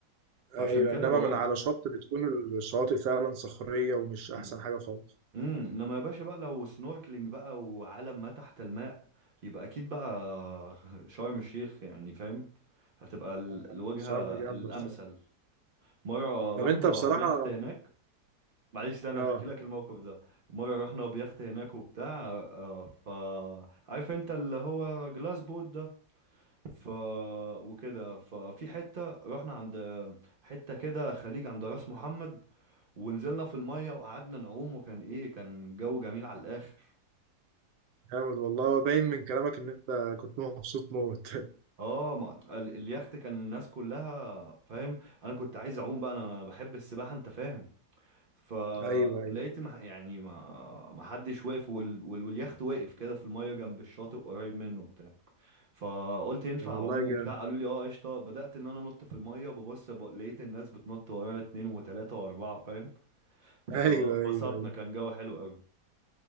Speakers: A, on the right (about 45°); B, on the right (about 80°).
A: فعشان
B: أيوة
A: كده
B: إنما
A: بقولك
B: من على شط بتكون الشواطئ فعلا صخرية ومش
A: امم
B: أحسن حاجة خالص
A: امم انما يا باشا بقى لو سنوركلينج بقى وعالم ما تحت الماء يبقى اكيد بقى <laughs> شرم الشيخ يعني فاهم هتبقى ال-
B: آه،
A: الوجهة
B: شرم جامدة
A: الامثل
B: بصراحة
A: مرة
B: طب
A: رحنا
B: أنت بصراحة
A: بيخت هناك معلش ده انا
B: اه
A: هحكي لك الموقف ده مره رحنا بيخت هناك وبتاع آه، ف عارف انت اللي هو جلاس بوت ده ف وكده ففي حته رحنا عند حته كده خليج عند راس محمد ونزلنا في الميه وقعدنا نعوم وكان ايه كان جو جميل على الاخر
B: جامد والله باين من كلامك إن أنت كنت مبسوط موت
A: اه ما ال- اليخت كان الناس كلها فاهم انا كنت عايز اعوم بقى انا أنا بحب السباحه انت فاهم فلقيت
B: <laughs> أيوة أيوة
A: مح... يعني ما ما حدش واقف وال... وال... واليخت واقف كده في الميه جنب الشاطئ قريب منه وبتاع فقلت ينفع
B: والله
A: اعوم
B: جامد
A: وبتاع قالوا لي اه قشطه بدات ان انا انط في الميه ببص ب... لقيت الناس بتنط ورانا اتنين وتلاته واربعه فاهم فبسطنا
B: أيوة أيوة أيوه
A: كان جو حلو قوي